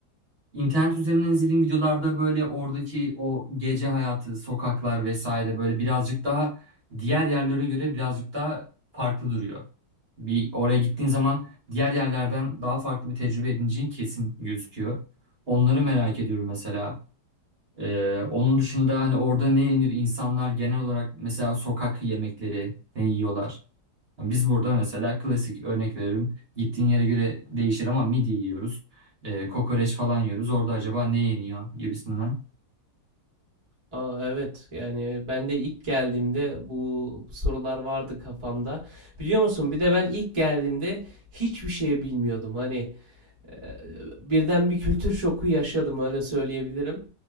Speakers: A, on the right; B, on the right.
A: İnternet üzerinden izlediğim videolarda böyle oradaki o gece hayatı, sokaklar vesaire böyle birazcık daha diğer yerlere göre birazcık daha farklı duruyor. Bir oraya gittiğin zaman diğer yerlerden daha farklı bir tecrübe edineceğin kesin gözüküyor. Onları merak ediyorum mesela. Ee, onun dışında hani orada ne yenir insanlar genel olarak mesela sokak yemekleri ne yiyorlar? Biz burada mesela klasik örnek veririm. Gittiğin yere göre değişir ama midye yiyoruz. E, kokoreç falan yiyoruz. Orada acaba ne yeniyor gibisinden.
B: Aa, evet yani ben de ilk geldiğimde bu sorular vardı kafamda. Biliyor musun? Bir de ben ilk geldiğimde hiçbir şey bilmiyordum. Hani Ee, birden bir kültür şoku yaşadım öyle söyleyebilirim.